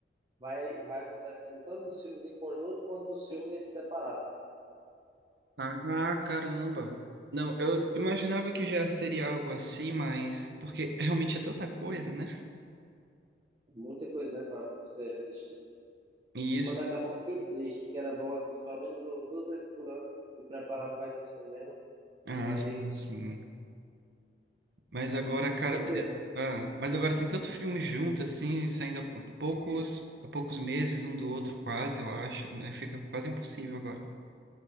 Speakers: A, on the right; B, on the right.
A: vai, vai acontecendo tanto dos filmes em conjunto quanto dos filmes separados.
B: Ah, caramba. Não, eu imaginava que já seria algo assim, mas porque <laughs> realmente é tanta coisa, né?
A: É Muita coisa, né, para você assistir.
B: E
A: E
B: isso.
A: quando acabou, eu fiquei triste, porque era bom, assim, pelo menos umas duas vezes por ano, se preparar para ir no cinema
B: Ah,
A: com os amigos.
B: sim, sim. Mas agora, cara,
A: E você?
B: é- ah, mas agora tem tanto filme junto, assim, saindo há pou- poucos, há poucos meses um do outro, quase, eu acho, né? Fica quase impossível agora.